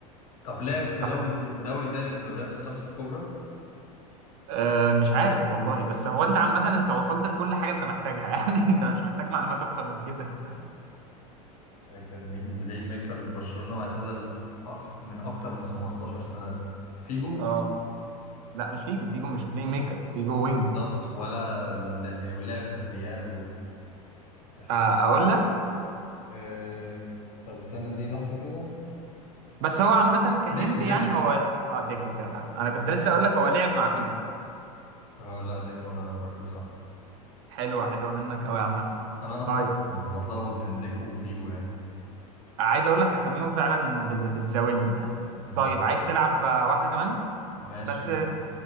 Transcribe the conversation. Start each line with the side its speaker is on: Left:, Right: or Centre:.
Left: طب لعب في
Right: طب-
Left: دوري دوري تاني من الدوريات الخمسة الكبرى
Right: آه مش عارف والله بس هو انت عامة انت وصلت لكل حاجة انت محتاجها <laughs> يعني انت مش محتاج معلومات اكتر من كده
Left: فاكر مين بلاي ميكر لبرشلونة واعتزل أكتر من أكتر من 15 سنة فيجو
Right: اه لا مش فيجو فيجو مش بلاي ميكر فيجو وينج
Left: بالظبط ولا ل- يعني ولعب في الريال و
Right: آه،
Left: كان-
Right: اقول لك
Left: أه... طب استنى دي لحظة كده
Right: بس هو عامة كهنت
Left: ديكو
Right: يعني
Left: ديكو
Right: هو اه ديكو جدع انا كنت لسه اقول لك هو لعب مع فيجو
Left: اه لا ديكو أنا فاكره صح
Right: حلوة حلوة منك قوي يا عم
Left: أنا أصلا
Right: طيب
Left: بتلخبط بين ديكو وفيجو يعني
Right: عايز اقول لك اساميهم فعلا بت- بتزاولني يعني
Left: مم.
Right: طيب عايز تلعب آه، واحدة كمان
Left: ماشي
Right: بس
Left: يلا
Right: آه،